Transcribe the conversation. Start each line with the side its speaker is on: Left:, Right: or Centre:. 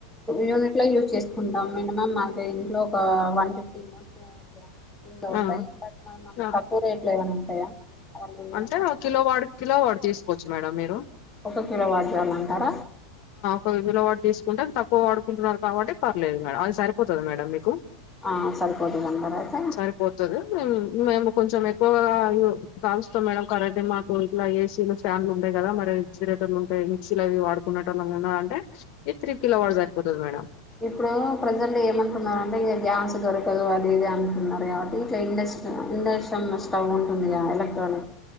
Centre: యూనిట్ లో యూస్ చేస్తా ంటాం మినిమమ్ మా ఇంట్లో ఒక వన్ ఫిఫ్టీ మ ముందు
Left: ఆ!
Centre: అవుతాయి బట్ మన అంత
Left: ఆ!
Centre: తక్కువ రేట్లు ఏమైనా ఉంటాయా అవైలబుల్గా
Left: అంటే ఆ కిలో వాడి కిలో వా తీసుకోవచ్చు మేడం మీరు
Centre: ఒక కిలో వాల్ట్ అంటారా
Left: పది వందల వాడు తీసుకుంటే తక్కువ వాడుకుంటున్నారు కాబట్టి పర్లేదు మేడం అది సరిపోతుంది మేడం మీకు
Centre: ఆ సరిపోతుందంటారా అయితే
Left: సరిపోతది మేము కొంచెం ఎక్కువ కాల్ సో మేడం కరెంటే మాకు ఇలా ఏసీలో ఫ్యాన్లు ఉంటాయి కదా మరి రేఫిజరేటలు ఉంటాయి మిక్స్ీ అవి వాడుకునే వాళ్ల అంటే ఇ త్రీ కిలో వాట్స్ సరిపోతుంది మేడం
Centre: ఇప్పుడు ప్రజెంట్ ఏమంటున్నారంటే ఇక గ్యాస్ దొరకదు అది ఇది అంటున్నారు కాబట్టి ఇట్లా ఇండక్షన్ ఇండక్షన్ స్టవ్ ఉంటుంది ఎలక్ట అవును